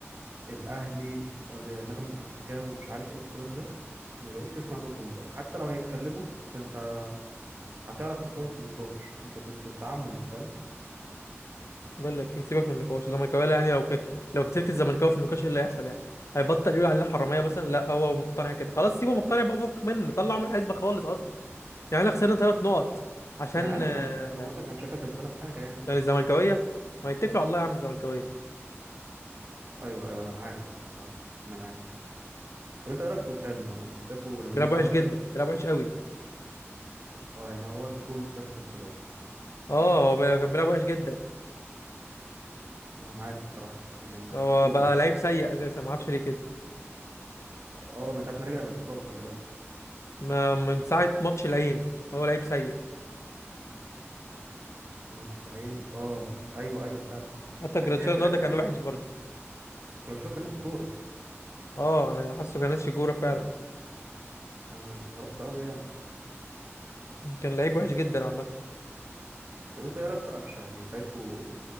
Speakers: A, on the right; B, on the left.
A: الاهلي آه، نغمه الحكام ومش عارف ايه والكلام ده ما بقتش تسمع صوتهم بقى حتى لو هيتكلموا فانت هتعرف تكسبهم في النقاش انت كنت بتدعمهم فاهم
B: بقول لك إيه، سيبك من النقاش الزملكاويه يعني لو ك... لو كسبت الزملكاوي في النقاش ايه اللي هيحصل يعني هيبطل يقول علينا حراميه مثلا لا هو مقتنع كده خلاص سيبه مقتنع بقى فك منه طلعه من الحسبه خالص اصلا يعني احنا خسرنا ثلاث نقط عشان
A: ما انا عارف
B: آه،
A: انا انا بقول لك انا مش شايفها كسبانه في حاجه يعني غير
B: يعني الزملكاويه
A: دي
B: ما يتكلوا على الله يا عم الزملكاويه
A: ايوه ايوه انا معاك بصراحه انا معاك طب انت ايه رايك في وسام النهارده كنت شايفه لما
B: بيلعب
A: نزل
B: وحش
A: عمل
B: جدا
A: فرق
B: بيلعب وحش قوي
A: اه يعني هو الجون بس اللي صدره
B: اه هو بي- كان بيلعب وحش جدا
A: انا معاك بصراحه يعني انا حسيته
B: هو بقى لعيب سيء اساسا ما اعرفش ليه كده
A: اه من ساعه ما رجع من الاصابه خلي بالك
B: ما من ساعه ماتش العين هو لعيب سيء
A: الماتش العين اه ايوه ايوه فعلا
B: حتى جراتشار
A: تحس
B: النهارده
A: لعبت
B: كان
A: الاهلي
B: وحش برضه
A: كرشوكا كان ناسي كوره
B: اه انا حاسه كان ناسي الجوره فعلا
A: انا استغربت قوي يعني
B: كان لعيب وحش جدا عامه
A: طب انت ايه رايك في قفشه يعني شايفه